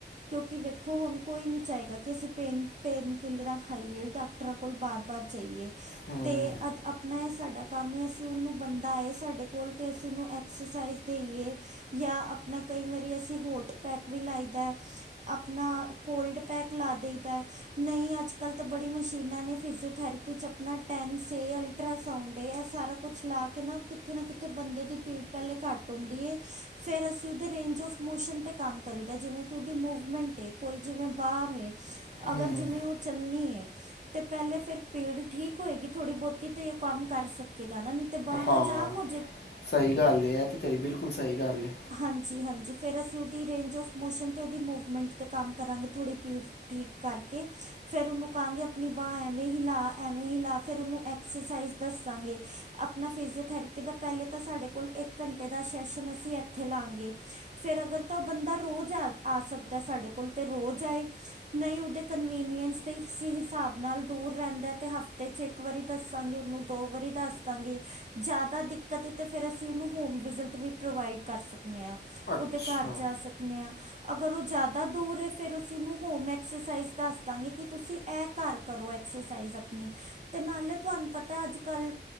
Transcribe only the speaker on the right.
ਕਿਉਂਕਿ ਵੇਖੋ ਹੁਣ ਕੋਈ ਨਹੀਂ ਚਾਹੇਗਾ ਕਿ ਅਸੀਂ ਪੇਨ ਪੇਨ ਕਿਲਰਾਂ ਖਾਈਏ ਡਾਕਟਰਾਂ ਕੋਲ ਬਾਰ ਬਾਰ ਜਾਈਏ।
ਤੇ ਆਪਣੇ ਸਾਡਾ ਕੰਮ ਏ ਅਸੀਂ ਉਹਨੂੰ ਬੰਦਾ ਆਏ ਸਾਡੇ ਕੋਲ ਅਤੇ ਅਸੀਂ ਉਹਨੂੰ ਐਕਸਸਾਈਜ਼ ਦੇਈਏ ਜਾਂ ਆਪਣਾ ਕਈ ਵਾਰੀ ਅਸੀਂ ਹੋਟ ਪੈਕ ਵੀ ਲਾਈ ਦਾ ਆਪਣਾ ਕੋਲਡ ਪੈਕ ਲਾ ਦੇਈਦਾ ਨਹੀਂ ਅੱਜ ਕੱਲ੍ਹ ਤਾਂ ਬੜੀ ਮਸ਼ੀਨਾਂ ਨੇ ਫਿਜ਼ੀਓਥੈਰੇਪੀ 'ਚ ਆਪਣਾ ਟੈਨਸ ਏ ਅਲਟਰਾਸਾਊਂਡ ਏ ਇਹ ਸਾਰਾ ਕੁਛ ਲਾ ਕੇ ਨਾ ਕਿੱਥੇ ਨਾ ਕਿਥੇ ਤੇ ਬੰਦੇ ਦੀ ਪੀੜ ਪਹਿਲੇ ਘੱਟ ਹੁੰਦੀ ਫਿਰ ਅਸੀਂ ਉਹਦੇ ਰੇਂਜ ਔਫ ਮੋਸ਼ਨ 'ਤੇ ਕੰਮ ਕਰੀਦਾ ਜਿਵੇਂ ਕਿ ਉਹਦੀ ਮੂਵਮੈਂਟ ਏ ਕੋਈ ਜਿਵੇਂ ਬਾਂਹ ਵੇ ਹੈ ਅਗਰ
ਜਿਵੇਂ ਉਹ ਚੱਲਣੀ ਏ ਤਾਂ ਪਹਿਲੇ ਫਿਰ ਪੀੜ ਠੀਕ ਹੋਏਗੀ ਥੋੜ੍ਹੀ ਬਹੁਤੀ ਤਾਂ ਉਹ ਕੰਮ ਕਰ ਸਕੇਗਾ ਨਾ ਤੇ ਤੇ ਬਾਂਹ
ਤਾਂ ਜਾਮ ਹੋ
ਹਾਂਜੀ ਹਾਂਜੀ ਫਿਰ ਅਸੀਂ ਉਹਦੀ ਰੇਂਜ ਔਫ ਮੋਸ਼ਨ ਤੇ ਉਹਦੀ ਮੂਵਮੈਂਟ 'ਤੇ ਕੰਮ ਕਰਾਂਗੇ ਥੋੜੀ ਪੀੜ ਠੀਕ ਕਰਕੇ ਫਿਰ ਉਹਨੂੰ ਕਹਾਂਗੇ ਆਪਣੀ ਬਾਂਹ ਐਵੇਂ ਹੀਲਾ ਐਵੇਂ ਹੀਲਾ ਫਿਰ ਉਹਨੂੰ ਐਕਸਰਸਾਈਜ਼ ਦੱਸਾਂਗੇ ਆਪਣਾ ਫਿਜ਼ੀਓਥੈਰੇਪੀ ਤਾਂ ਪਹਿਲੇ ਤਾਂ ਸਾਡੇ ਕੋਲ ਇੱਕ ਘੰਟੇ ਦਾ ਸੈਸ਼ਨ ਅਸੀਂ ਇੱਥੇ ਲਾਗੇ ਫਿਰ ਅਗਰ ਤਾਂ ਉਹ ਬੰਦਾ ਰੋਜ਼ ਆ ਆ ਸਕਦਾ ਸਾਡੇ ਕੋਲ ਤਾਂ ਰੋਜ਼ ਆਏ ਨਹੀਂ ਉਹਦੇ ਕਨਵੀਨੀਐਂਸ ਤਾਂ ਇਸ ਹਿਸਾਬ ਨਾਲ ਦੂਰ ਰਹਿੰਦਾ ਅਤੇ ਹਫ਼ਤੇ 'ਚ ਇੱਕ ਵਾਰੀ ਦੱਸਾਂਗੇ ਉਹਨੂੰ ਦੋ ਵਾਰੀ ਦੱਸ ਦਾਂਗੇ ਜ਼ਦਾ ਜ਼ਿਆਦਾ ਦਿੱਕਤ ਏ ਤੇ ਫਿਰ ਅਸੀਂ ਉਹਨੂੰ ਹੋਮ ਵਿਜ਼ਿਟ ਵੀ ਪ੍ਰੋਵਾਈਡ ਕਰ ਸਕਨੇ ਆ
ਉਹਦੇ ਘਰ ਜਾ ਸਕਨੇ ਆ ਅਗਰ ਉਹ ਜ਼ਿਆਦਾ ਦੂਰ ਫਿਰ ਅਸੀਂ ਉਹਨੂੰ ਹੋਮ ਐਕਸਰਸਾਈਜ਼ ਦੱਸ ਦਾਂਗੇ ਕਿ ਤੁਸੀਂ ਇਹ ਘਰ ਕਰੋ ਐਕਸਰਸਾਈਜ਼ ਆਪਣੀ ਅਤੇ ਨਾਲੇ ਤੁਹਾਨੂੰ ਪਤਾ ਅੱਜ ਕੱਲ੍ਹ